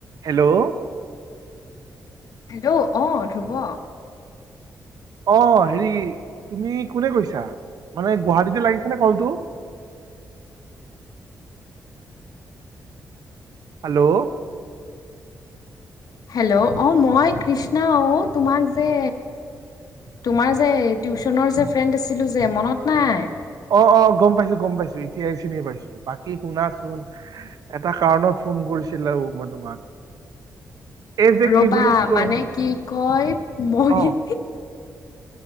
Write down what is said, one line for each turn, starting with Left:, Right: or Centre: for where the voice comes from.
Right: হেল্ল'
Left: হেল্ল' অ ধ্ৰুৱ
Right: অ হেৰি তুমি কোনে কৈছা মানে গুৱাহাটীতে লাগিছে নে কলটো হেল্ল'
Left: হেল্ল' অ মই কৃষ্ণা অ তোমাক যে তোমাৰ যে টিউচনৰ যে ফ্ৰেণ্ড আছিলো যে মনত নাই
Right: অ অ গম পাইছো গম পাইছো এতিয়া এই চিনি পাইছো বাকী শুনাচোন এটা কাৰণত ফোন কৰিছিলো মই তোমাক এই যে
Left: ৰবা
Right: কি বুলি কয়
Left: মানে কি কয় মই
Right: অ